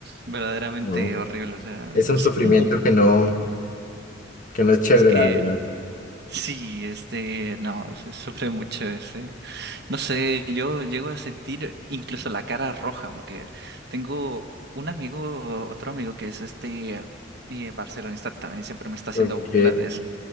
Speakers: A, on the right; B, on the left.
A: verdaderamente
B: No,
A: horrible, o sea,
B: es un
A: es
B: sufrimiento
A: como,
B: que no, que no es chévere,
A: es que,
B: la verdad.
A: sí, este, no, se sufre mucho, este. No sé, yo llego a sentir incluso la cara roja, porque tengo un amigo, otro amigo que es este eh, barcelonista también y siempre me está haciendo
B: Ok.
A: burla de eso.